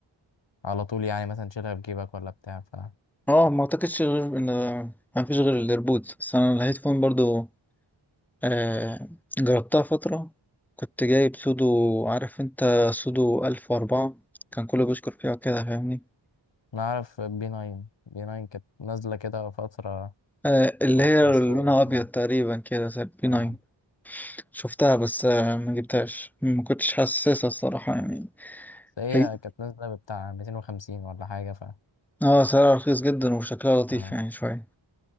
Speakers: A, on the left; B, in the centre.
A: على طول يعني مثلا تشيلها في جيبك ولا بتاع ف
B: اه ما اعتقدش غير ان ما فيش غير الايربودز بس انا الهيدفون برضه آه جربتها فترة كنت جايب سودو عارف انت سودو ألف وأربعة كان كله بيشكر فيها كده فاهمني
A: نعرف بي 9 بي 9 كانت نازلة كده فترة
B: آه اللي
A: واحدة
B: هي
A: السوق
B: لونها أبيض
A: طبعا
B: تقريبا كده زي البي
A: آه.
B: 9 شفتها بس آه، ما جبتهاش ما كنتش حاسسها الصراحة يعني
A: بس هي
B: حقيقي.
A: كانت نازلة بتاع 250 ولا حاجة ف
B: اه سعرها رخيص جدا وشكلها لطيف
A: آه.
B: يعني شوية